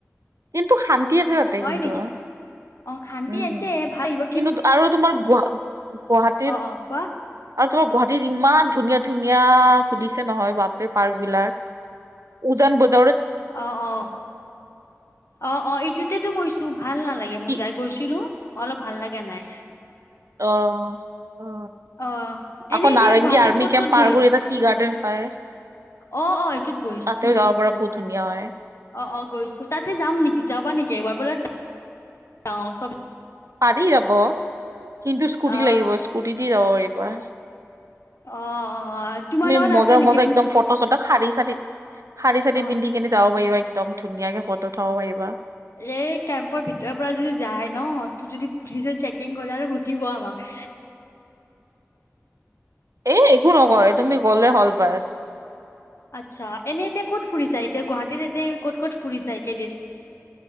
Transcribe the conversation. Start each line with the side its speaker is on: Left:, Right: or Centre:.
Right: কিন্তু শান্তি এতি আছে তাতে
Left: হয়
Right: কিন্তু।
Left: নেকি? অ' শান্তি
Right: উম,
Left: আছে ভাল লাগিব
Right: কিন্তু আৰু তোমাৰ গ- গুৱাহাটীত
Left: অ' অ' কোৱা
Right: তোমাৰ গুৱাহাটীত ইমান ধুনীয়া- ধুনীয়া সুধিছে নহয়, বাপ। পাৰ্ক বিলাক উজন বজাৰ
Left: অ- অ -অ -অ, ইটোতে টো কৈছো ভাল নালাগে। মোক
Right: কি
Left: যাই গৈছিলো অলপ ভাল লাগা নাই।
Right: অ- অ,
Left: অ' এনে
Right: আকৌ
Left: এতিয়া
Right: নাৰেংগী
Left: গুৱাহাটীত
Right: আৰ্মি
Left: ক'ত
Right: কেম্প
Left: ক'ত
Right: পাৰব
Left: ঘূৰিছ
Right: এটা টি গাৰ্ডেন। পায়।
Left: অ - অ এইটোত গৈছো।
Right: তাতেও যাব পৰা বহুত ধুনীয়া হয়।
Left: অ- অ গৈছো। তাততে যাম নেকি যাবা নেকি? এবাৰ ব যাও চব।
Right: পাৰি যাব। কিন্তু স্কুটি
Left: আহ
Right: লাগিব স্কুটিতে যাব পাৰিবা।
Left: অ -অ তোমাৰ
Right: তুমি
Left: লগত
Right: মজা
Left: আছে নেকি?
Right: মজা একদম ফটো চটো শাৰী চাৰী - শাৰী চাৰী
Left: অ'
Right: পিন্ধি কেনে যাব পাৰিবা। একদম ধুনীয়াকে ফটো উথাব পাৰিবা।
Left: এ কেম্পৰ ভিতৰৰ পৰা যদি যাই ন। তোৰ যদি পুলিচে চেক কৰি কিং কৰাৰ আৰু সুধিব আমাক।
Right: এ, একো নকয়, তুমি গ'লে হল বাছ।
Left: আচ্ছা, এনে এতিয়া ক'ত ফুৰিচা? চাই এতিয়া গুৱাহাটীত এনে ক'ত -ক'ত ফুৰি চায় কেইদিন?